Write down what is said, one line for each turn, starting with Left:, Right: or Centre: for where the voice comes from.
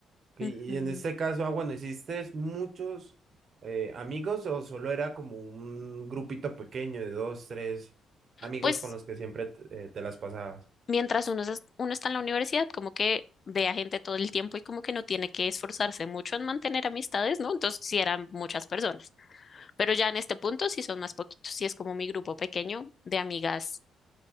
Right: y
Left: Ujú.
Right: en este caso, ah, bueno, ¿hiciste muchos eh, amigos o solo era como un grupito pequeño de dos, tres amigos
Left: Pues
Right: con los que siempre te eh, te las pasabas?
Left: mientras uno, es- uno está en la universidad, como que ve a gente todo el tiempo y como que no tiene que esforzarse mucho en mantener amistades, ¿no? Entonces sí eran muchas personas, pero ya en este punto sí son más poquitos, sí es como mi grupo pequeño de amigas,